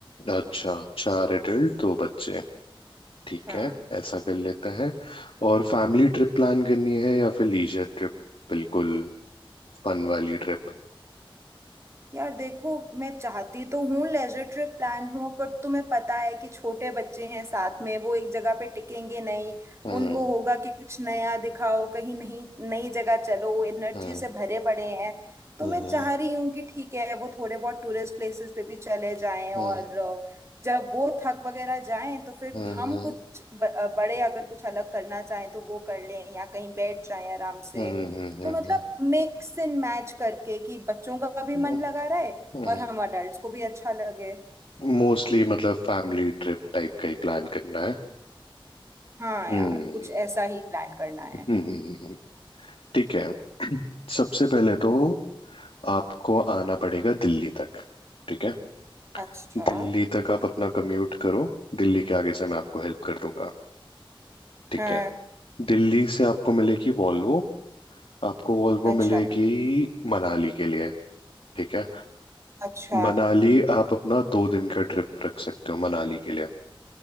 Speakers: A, on the left (about 80°); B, on the right (about 30°).
A: अच्छा चार एडल्ट दो बच्चे ठीक
B: हाँ
A: है ऐसा कर लेते हैं और फैमिली ट्रिप प्लान करनी है या फिर लीजर ट्रिप बिल्कुल फन वाली ट्रिप
B: यार देखो मैं चाहती तो हूँ लेजर ट्रिप प्लान हो पर तुम्हें पता है कि छोटे बच्चे हैं साथ में वो एक जगह पे टिकेंगे नहीं
A: हम्म
B: उनको होगा कि कुछ नया दिखाओ कहीं नहीं नई जगह चलो एनर्जी
A: हम्म
B: से भरे पड़े हैं तो
A: हम्म
B: मैं चाह रही हूँ कि ठीक है वो थोड़े बहुत टूरिस्ट प्लेसेस पे भी चले जाएं और
A: हम्म
B: अ, जब वो थक वगैरह जाएं तो फिर
A: हम्म
B: हम
A: हम्म
B: कुछ ब- अ, बड़े अगर कुछ अलग करना चाहें तो वो कर लें या कहीं बैठ जाएं आराम से
A: हम्म हम्म
B: तो
A: हम्म,
B: मतलब मिक्स एंड मैच करके कि बच्चों का भी
A: हम्म,
B: मन लगा रहे
A: हम्म,
B: और हम अडल्ट्स को भी अच्छा लगे
A: मोस्टली मतलब फैमिली ट्रिप टाइप का ही प्लान करना है
B: हाँ
A: हम्म
B: यार कुछ ऐसा ही प्लान करना है
A: हम्म, हम्म, हम्म, ठीक है सबसे पहले तो आपको आना पड़ेगा दिल्ली तक ठीक है
B: अच्छा
A: दिल्ली तक आप अपना कम्यूट करो दिल्ली के आगे से मैं आपको हेल्प कर दूंगा ठीक
B: हाँ
A: है दिल्ली से आपको मिलेगी वॉल्वो आपको वॉल्वो
B: अच्छा
A: मिलेगी मनाली के लिए ठीक है
B: अच्छा
A: मनाली आप अपना दो दिन का ट्रिप रख सकते हो मनाली के लिए